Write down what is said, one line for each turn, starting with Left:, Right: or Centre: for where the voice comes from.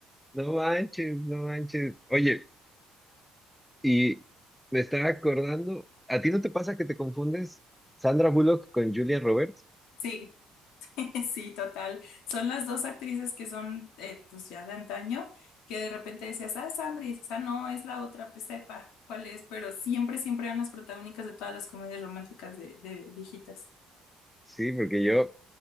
Centre: No manches, no manches. Oye, y me estaba acordando, ¿a ti no te pasa que te confundes Sandra Bullock con Julia Roberts?
Left: Sí, <laughs> sí, total. Son las dos actrices que son, eh, pues ya de antaño, que de repente decías, ah, es Sandra", y dices, ah, no, es la otra, pues sepa cuál es, pero siempre, siempre eran las protagónicas de todas las comedias románticas de, de viejitas.
Centre: Sí, porque yo,